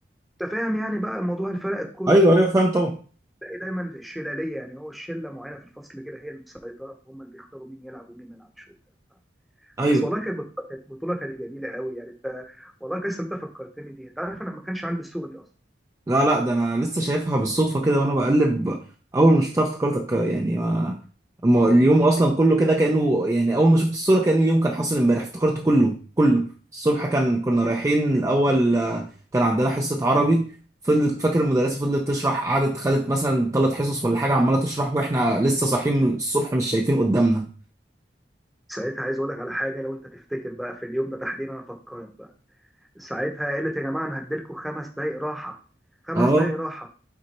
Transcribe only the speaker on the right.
ايوه
ايوه فاهم طبعا
ايوه
لا لا ده انا لسه شايفها بالصدفه كده وانا بقلب اول ما شفتها افتكرتك يعني ما الم- اليوم اصلا كله كده كانه يعني اول ما شفت الصوره كان اليوم كان حاصل امبارح افتكرت كله كله الصبح كان كنا رايحين الاول آه، كان عندنا حصه عربي فضلت فاكر المدرسه فضلت تشرح قعدت خدت مثلا ثلاث حصص ولا حاجه عماله تشرح واحنا لسه صاحيين الصبح مش شايفين قدامنا
اه